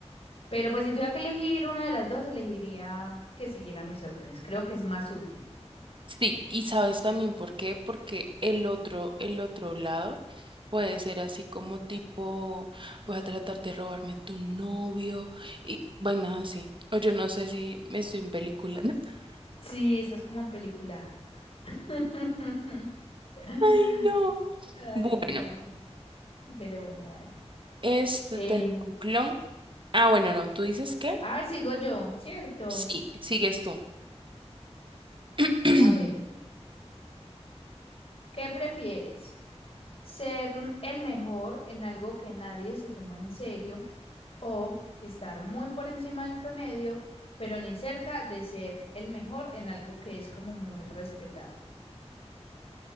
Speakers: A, on the left (about 60°); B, on the right (about 45°).
A: Pero pues si tuviera que elegir una de las dos, elegiría que siguiera mis órdenes. Creo que es más útil.
B: Sí, y sabes también por qué, porque el otro, el otro lado puede ser así como tipo, voy a tratar de robarme a tu novio y vainas así. O yo no sé si me estoy en película. <laughs>
A: Sí, esas como en película. <laughs> <laughs>
B: Ay, no.
A: Ay,
B: Bueno,
A: no. Pero bueno, dale.
B: este
A: Em,
B: tengo un clon. Ah, bueno, no, ¿tú dices qué?
A: ay, sigo yo, ¿cierto?
B: Sí, sigues tú. <clears throat>
A: A ver, ¿qué prefieres? ¿Ser el mejor en algo que nadie se toma en serio o estar muy por encima del promedio, pero ni cerca de ser el mejor en algo que es como muy respetado?